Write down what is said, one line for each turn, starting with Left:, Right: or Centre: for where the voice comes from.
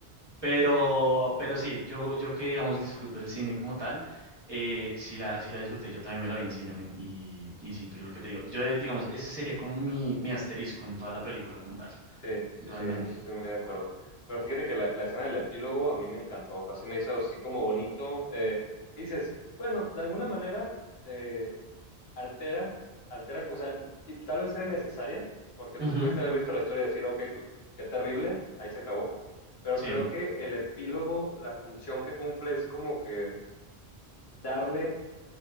Right: Pero, pero sí, yo, yo que, digamos, disfruto el cine como tal, eh, sí la, sí la disfruté, yo también me la vi en cine, men, y, y sí, pero lo que te digo, yo, eh, digamos, ese sería como mi, mi asterisco en toda la película como tal,
Left: Sí, sí,
Right: realmente.
Left: sí, no sé si estoy muy de acuerdo. Pero fíjate que la, la escena del epílogo a mí me encantó. Así me hizo así como bonito. eh, y dices, bueno, de alguna manera, eh, altera, altera, o sea, y tal vez era necesaria, porque
Right: Ujú,
Left: tú pudiste haber visto la historia y decir, ok, pues qué terrible, ahí se acabó, pero
Right: sí.
Left: creo que el epílogo, la función que cumple es como que darle